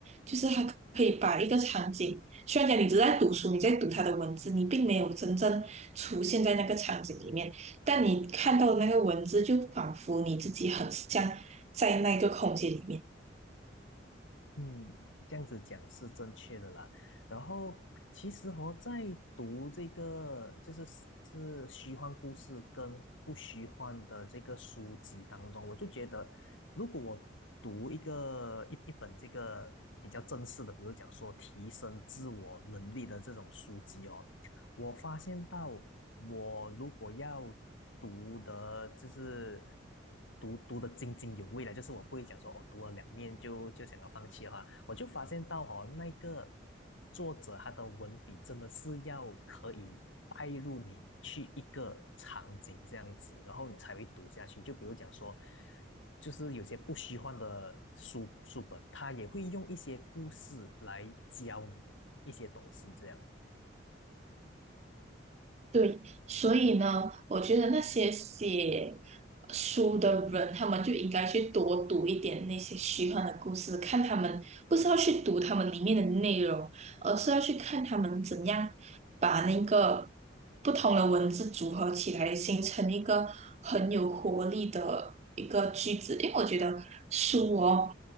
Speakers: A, on the right (about 35°); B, on the left (about 80°).
A: 就是它可以把一个场景，虽然讲你只是在读书，你在读它的文字，你并没有真正出现在那个场景里面，但你看到的那个文字，就仿佛你自己很像在那个空间里面。
B: 嗯，这样子讲是正确的啦。然后其实哦，在读这个就是是虚幻故事跟不虚幻的这个书籍当中，我就觉得，如果我读一个一一本这个比较正式的，比如讲说提升自我能力的这种书籍哦，我发现到，我如果要读的，就是读读的津津有味了，就是我不会讲说，哦，读了两面就就想要放弃的话，我就发现到哦，那个作者他的文笔真的是要可以带入你去一个场景这样子，然后你才会读下去。就比如讲说，就是有些不虚幻的书书本，他也会用一些故事来教你一些东西这样。
A: 对，所以呢，我觉得那些写书的人，他们就应该去多读一点那些虚幻的故事，看他们不是要去读他们里面的内容，而是要去看他们怎样把那个不同的文字组合起来，形成一个很有活力的一个句子。因为我觉得书哦，